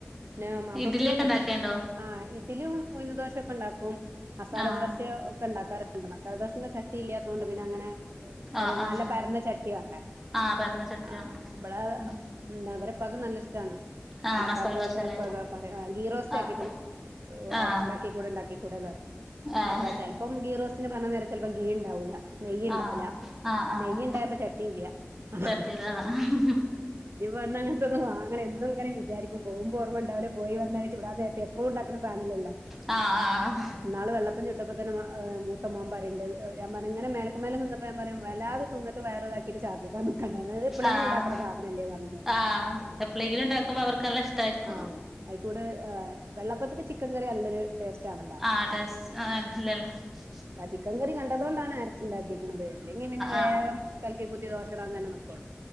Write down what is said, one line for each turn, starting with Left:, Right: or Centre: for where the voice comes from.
Right: ന്നെ മാപ്പൾക്ക്
Centre: ഇഡ്ലിയൊക്കെ ഇണ്ടാക്കേണ്ടോ
Right: ആഹ് ഇട്ടിലിയും ഉഴ്ന്ന് ദോശൊക്കെ ണ്ടാക്കും മസാലദോശ്യോ
Centre: ആഹ്
Right: ഒക്കെ ണ്ടാക്കാറ്ണ്ട് മസാലദോശന്റെ ച ട്ടി ഇല്ലാത്തോണ്ട് പിന്നെ അങ്ങനെ ചെറിയ
Centre: ആഹ് ആഹ്
Right: നല്ല പരന്ന ചട്ടി വേണ്ടേ
Centre: ആഹ് പരന്ന ചട്ടിയ
Right: ആ ഇബടെ
Centre: ഉം
Right: എന്താ വരെപ്പക്ക് നല്ല ഇഷ്ടണ്
Centre: ആഹ്
Right: മസാലദോശ
Centre: മസാല ദോശല്ലേ
Right: എപ്പ പറയാ ഗീറോസ്റ്റ്
Centre: ആഹ്
Right: ആക്കിട്ടും
Centre: ആഹ്
Right: ണ്ടാക്കി കൂടെ ണ്ടാക്കി കൂ കൂട താറി
Centre: ആഹ്
Right: അപ്പൊ ചെൽപ്പം ഗീ റോസ്റ്റിന് പർണ നേരം ചെലപ്പോ ഗീ ണ്ടാവുല നെയ്യ് ണ്ടാവൂല
Centre: ആഹ് ആഹ് ആഹ്
Right: നെയ്യ ഇണ്ടായപ്പ ചട്ടിഉല്ല്യ അഹ്
Centre: ചട്ടിയില് ആഹ്
Right: ഞ്ഞിപൊന്ന് അങ്ങൻത്തെന്ന് വങ്ങണം എന്നു ങ്ങനെ വിചാരിക്കും പോമ്പോ ഓർമ്മ ണ്ടാവുല പോയി വന്ന അഹ് ചുടാനേര്തെ പ്പോൾ ണ്ടാക്ണ സാനല്ലല്ല
Centre: ആഹ് ആഹ്
Right: ന്നാള് വെള്ളപ്പം ചുട്ടപ്പ തന്നെ മൂത്ത മോ പറയിണ്ട് ഞൻ പറ ഇങ്ങന മേൽക്കുമേലെ ന്നപ്പോ ഞാൻ പറയ വല്ലാതെ തിന്ന്ട്ട് വയറ് താ ന്ന്ട്ട് ഛർദിക്കാ നിക്കണ്ട ഇത് എപളെങ്കിലു
Centre: ആഹ്
Right: ണ്ടാക്കണ സാധനല്ലേ പറഞ്ഞുന്നോട്‌
Centre: ആഹ് എപ്പളെങ്കിലും ഉണ്ടാക്കുമ്പോ അവർക്ക് നല്ല ഇഷ്ടായിരിക്കും
Right: ആഹ ആയിക്കൂടെ വെള്ളപ്പത്തിന് ചിക്കൻ കറി നല്ലൊരു ടേസ്റ്റ് ആണല്ലോ
Centre: <unintelligible>
Right: പ ചിക്കൻകറി ക ട്ടതൊണ്ടാണ് അരച്ച്ണ്ടാകീക്ണത് ഇല്ലെങ്കിപിന്നെ വേഗം
Centre: ആഹ്
Right: കൽക്കി കുത്തി ദോശ ഇടാൻ തന്നെ നിക്കോള്ളൂ